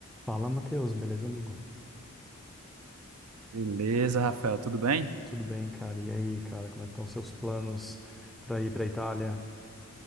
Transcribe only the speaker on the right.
Beleza, Rafael, tudo bem?